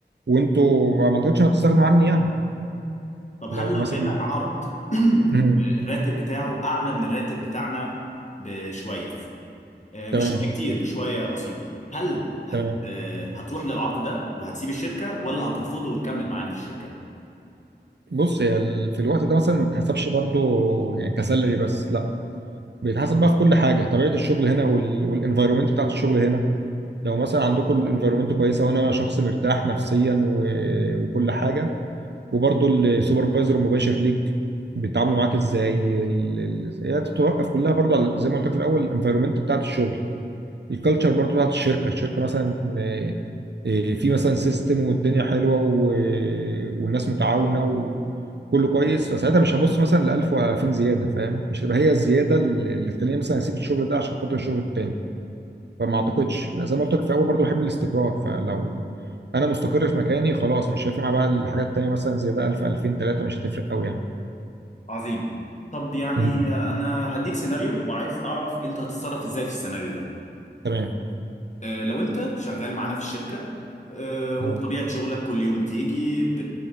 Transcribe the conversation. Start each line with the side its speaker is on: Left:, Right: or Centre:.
Right: وانتوا ما اعتقدش إن هتستغنوا عني يعني
Left: طب
Right: لو
Left: هل لو
Right: مثلا
Left: جالك عرض
Right: <laughs>
Left: <clears throat>
Right: مم.
Left: الراتب بتاعه اعلى من الراتب بتاعنا بشويه آه، مش
Right: تمام
Left: شويه كتير بشويه بسيطه هل هت...
Right: تمام
Left: آه، هتروح للعرض ده وهتسيب الشركه ولا هترفضه وتكمل معانا في الشركه
Right: بص هي ال- في الوقت ده مثلا ما بتحسبش برضه يعني كسالري بس لا بيتحسب بقى في كل حاجه طبيعه الشغل هنا وال... والانفايرومنت بتاعت الشغل هنا لو مثلا عندكم الانفايرومنت كويسه وانا شخص مرتاح نفسيا و... وكل حاجه وبرضه السوبرفايزر المباشر ليك بيتعاملوا معاك ازاي ال... ال... هي بتتوقف كلها برضه على- زي ما قلت لك في الاول الانفايرومنت بتاعت الشغل الكالتشر برضو بتاعت الشركه الشركه مثلا آه، آه، في مثلا سيستم والدنيا حلوه و... والناس متعاونه وكله كويس فساعتها مش هبص مثلا ل 1000 ولا 2000 زياده فاهم مش هتبقى هي الزياده اللي اللي تخليني مثلا اسيب الشغل ده عشان خاطر الشغل التاني فما
Left: مم.
Right: اعتقدش زي ما قلت لك في الاول برضو بحب الاستقرار فلو انا مستقر في مكاني خلاص مش هيفرق معايا بقى الحاجات التانيه مثلا زياده 1000 2000 3 مش هتفرق قوي يعني
Left: عظيم طب يعني
Right: مم.
Left: آه، انا هديك سيناريو وعايز اعرف انت هتتصرف ازاي في السيناريو ده
Right: تمام
Left: آه، لو انت شغال معانا في الشركة آه، وبطبيعة
Right: اه
Left: شغلك كل يوم بتيجي ب-